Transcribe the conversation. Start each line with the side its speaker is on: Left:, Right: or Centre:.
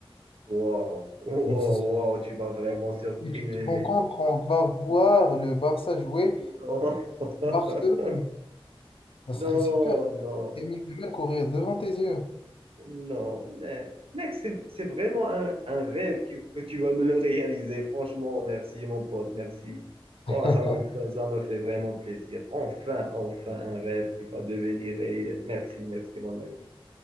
Right: Wow, wow,
Left: mais c'est super.
Right: wow, tu m'as vraiment surpris,
Left: Mais tu
Right: mais,
Left: te rends
Right: mais...
Left: compte, on va voir le Barça jouer
Right: Non, <laughs>
Left: Barcelone. Ça serait
Right: non,
Left: super.
Right: non.
Left: Lamine Yamal courir devant tes yeux.
Right: Non, mais mec, c'est c'est vraiment un, un rêve qui- que tu vas me le réaliser. Franchement, merci mon pote, merci. Oh,
Left: <laughs>
Right: ça m'a fait, ça m'a fait vraiment plaisir. Enfin, enfin, un rêve qui va devenir réel. Merci, merci mon ami.